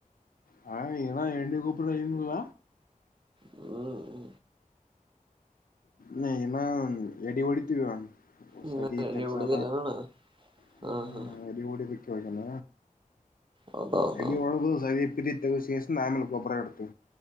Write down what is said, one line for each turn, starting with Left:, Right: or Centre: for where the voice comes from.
Left: ಹಾ ಏನಾ ಎಣ್ಣಿ ಗೊಬ್ಬರ ಏನಿಲ್ಲ
Right: ಹೂ ಹೂ
Left: ನ ನ ಎಡಿ ಓಡಿತಿ
Right: ಇನ್ನ
Left: ಸಜ
Right: ಎಲ್ಲಿ ಹೊಡಿದಿಲ್ಲನಣ್ಣ
Left: ಸ ಹ್ಮ
Right: ಹಾ ಹಾ
Left: ಅಡಿಗೊಡಿ ಬಕ್ಕಲ್ಲ.
Right: ಹೌದೌದೌದು
Left: ಅಡಿ ಒಳಗುುದು ಸಪತ್ತ ವಿಶೇಷ ನಮಲ್ ಗೊಬ್ಬರ ಎಡ್ತು.